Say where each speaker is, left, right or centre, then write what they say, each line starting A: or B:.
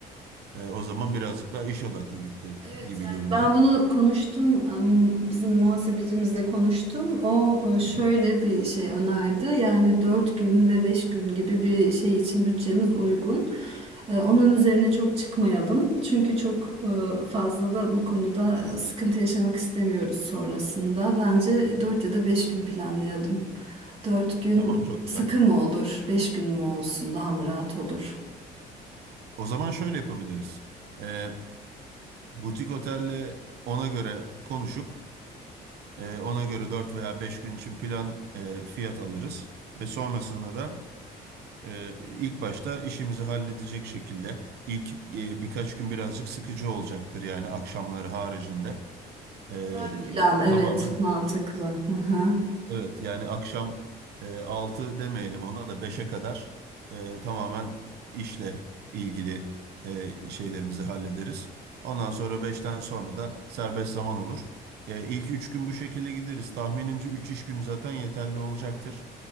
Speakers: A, on the right (about 75°); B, on the right (about 35°).
A: e, o zaman birazcık daha iş odaklı gitti
B: Evet
A: gibi
B: yani
A: görünüyor.
B: ben bunu konuştum em, bizim muhasebecimizle konuştum o e, şöyle
A: Hı hı.
B: bir şey önerdi yani 4 gün ve 5 gün gibi bir şey için bütçemiz uygun E, onun üzerine çok çıkmayalım çünkü çok e, fazla da bu konuda sıkıntı yaşamak istemiyoruz sonrasında bence 4 ya da 5 gün planlayalım dört gün
A: Tamam çok
B: sıkı
A: güzel.
B: mı olur 5 gün mü olsun daha mı rahat olur?
A: O zaman şöyle yapabiliriz. E, butik otelle ona göre konuşup e, ona göre 4 veya 5 gün için plan e, fiyat alırız ve sonrasında da Ee, ilk başta işimizi halledecek şekilde ilk e, birkaç gün birazcık sıkıcı olacaktır yani akşamları haricinde. Ee,
B: Güzel bir plan Plan, evet
A: tamamen
B: mantıklı. Hı hı.
A: evet yani akşam e, 6 demeyelim ona da beşe kadar e, tamamen işle ilgili e, şeylerimizi hallederiz. Ondan sonra beşten sonra da serbest zaman olur. E, ilk 3 gün bu şekilde gideriz. Tahminimce 3 iş günü zaten yeterli olacaktır.